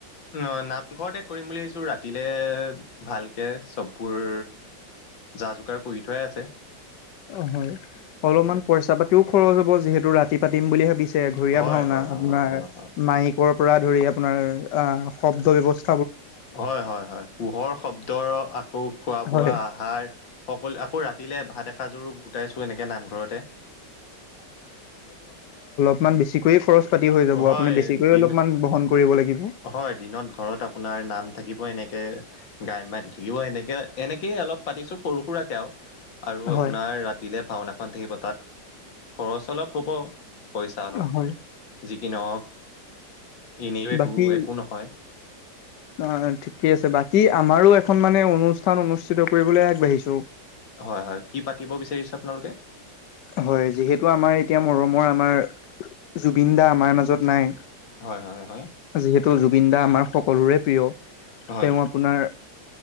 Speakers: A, on the left; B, on the left.
A: ন নামঘৰতে কৰিম বুলি ভাবিছো ৰাতিলে ভালকে চববোৰ যা যোগাৰ কৰি থোৱাই আছে
B: অ হয় অলপমান
A: হয়
B: পইচা পাতিও খৰচ হ'ব যিহেতু ৰাতি পাতিম বুলি ভাবিছো ঘ
A: হয়
B: ভাওনা
A: হয়
B: আপোনাৰ
A: হয় হয় হয়
B: মাই পৰা ধৰি আপোনাৰ অ শব্দ ব্যৱ <unintelligible>
A: হয় হয় হয় পোহৰ শব্দ আকৌ খোৱা
B: হয়
A: বোৱা আহাৰ সকলো আকৌ ৰাতিলে ভাত <unintelligible> সাজোৰ গোটাইছো এনেকে নামঘৰতে
B: অমান বেছিকৈয়ে খৰচ পাতি হৈ যাব
A: হয়
B: আপুনি বেছিকৈয়ে
A: দিন
B: অলপমান বহন কৰিব লাগিব।
A: হয় দিনত ঘৰত আপোনাৰ নাম- থাকিব এনেকে গায় মাই থাকিব এনেকে এনেকয়ে অলপ পাতিছো সৰু সুৰাকে আৰু- আৰু
B: হয়
A: আপোনাৰ ৰাতিলৈ ভাওনাখন থাকিব তাত খৰচ অলপ হ'ব পইচা অলপ
B: হয়
A: যি কি নওকনি-
B: বাকী
A: একো একো নহয়।
B: অ ঠিকে আছে বাকী আমাৰো এখন মানে অনুষ্ঠান অনুষ্ঠিত কৰিবলৈ আগবাঢ়িছো-
A: হয় হয় কি পাতিব বিচাৰিছে আপোনালোকে-
B: হয় যিহেতু আমাৰ এতিয়া মৰমৰ আমাৰ- জুবিন দা আমাৰ মাজত নাই
A: হয় হয় হয়
B: যিহেতু- ত জুবিন দা আমাৰ সকলোৰে প্ৰিয়
A: হয়
B: তেওঁ আপোনাৰ